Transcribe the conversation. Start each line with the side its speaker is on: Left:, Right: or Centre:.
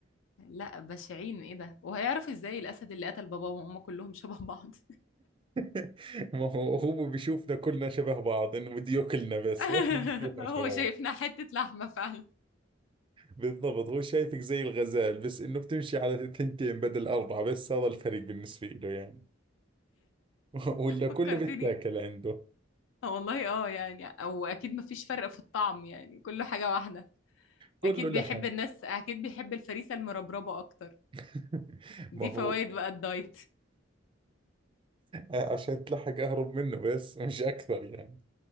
Left: لا بشعين ايه ده وهيعرف ازاي الاسد اللي قتل باباه وماما كلهم شبه بعض
Right: <laughs> ما هو هو بيشوفنا كلنا شبه بعض انه بده ياكلنا بس
Left: <laughs>
Right: <laughs> ما إحنا بنشوفنا
Left: هو
Right: شبه
Left: شايفنا
Right: بعض
Left: حته لحمه فعلا
Right: بالضبط هو شايفك زي الغزال بس انه بتمشي على ثنتين بدل اربعة بس هذا الفرق بالنسبة له يعني <laughs> ولا كله
Left: فكرتني
Right: بيتاكل عنده
Left: <laughs> آه والله اه يعني او اكيد مفيش فرق في الطعم يعني كله حاجة واحدة
Right: كله
Left: اكيد
Right: لحم
Left: بيحب الناس اكيد بيحب الفريسة المربربة اكتر
Right: <laughs>
Left: دي
Right: ما هو
Left: فوائد بقى الدايت
Right: آه، عشان تلحق اهرب منه بس مش اكثر يعني